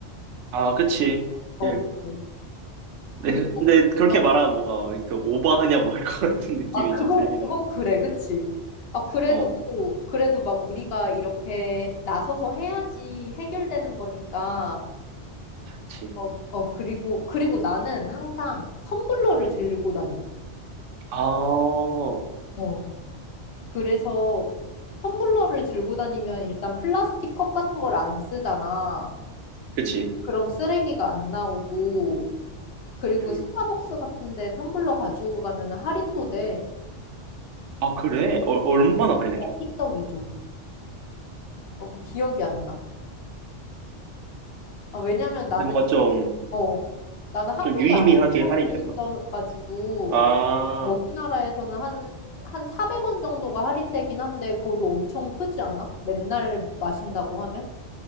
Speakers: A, on the right (about 80°); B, on the left (about 60°).
A: 아, 그치.
B: 어,
A: 예.
B: 그치.
A: 근데,
B: 그리고
A: 근데 그렇게
B: 어,
A: 말하면 뭔가 이렇게 오버하냐고 할 것 <laughs> 같은 느낌이
B: 아, 그건,
A: 좀 들긴
B: 그건
A: 해.
B: 그래, 그치? 아, 그래도,
A: 어,
B: 그래도 막 우리가 이렇게 나서서 해야지 해결되는 거니까,
A: 그치.
B: 어, 어, 그리고, 그리고 나는 항상 텀블러를 들고 다녀.
A: 아, 어,
B: 어, 그래서 텀블러를 들고 다니면 일단 플라스틱 컵 같은 걸 안 쓰잖아.
A: 그치.
B: 그럼 쓰레기가 안 나오고, 그리고
A: 음.
B: 스타벅스 같은데 텀블러 가지고 가면 할인도 돼.
A: 아, 그래? 어, 얼마나 할인해줘?
B: 어, 일석이조. 어, 기억이 안 나. 아, 왜냐면 나는
A: 근데 뭔가 좀,
B: 어, 나는 한국에
A: 좀 유의미하게
B: 안 살고
A: 할인되나?
B: 있어가지고,
A: 아,
B: 여기 나라에서는 한, 한 400원 정도가 할인되긴 한데, 그것도 엄청 크지 않아? 맨날 마신다고 하면?